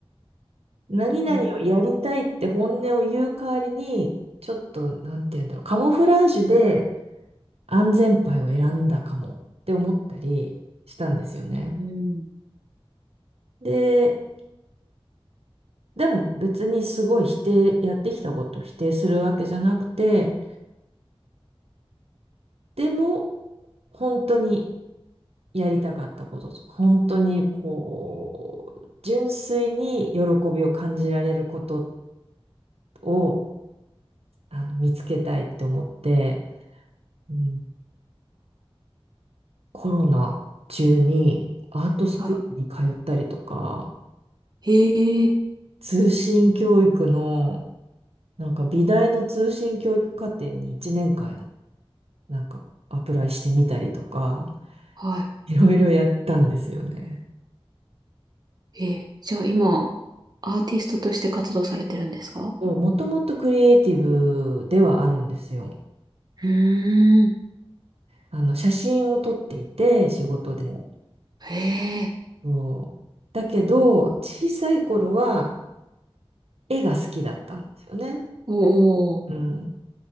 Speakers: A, on the right (about 80°); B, on the right (about 40°).
A: 何々をやりたいって本音を言う代わりに、
B: うん
A: ちょっと、なんて言うんだろう、カモフラージュで安全牌を選んだかもって思ったりしたんですよね。
B: うん
A: で、でも別にすごい否定、やってきたことを否定するわけじゃなくて、でも、本当にやりたかったこととか、本当にこう、純粋に喜びを感じられることをあの見つけたいって思って、うん、コロナ中にアートスクールに通ったりとか、
B: はい。ええ
A: 通信教育の、なんか美大の通信教育課程に1年間、なんかアプライしてみたりとか、
B: はい。
A: いろいろやったんですよね。
B: えーじゃあ今、アーティストとして活動されてるんですか
A: もともとクリエイティブではあるんですよ。
B: うーん。
A: あの、写真を撮っていて、仕事で。
B: へえ。
A: そう。だけど、小さい頃は絵が好きだったんですよね。
B: うんおー。
A: うん。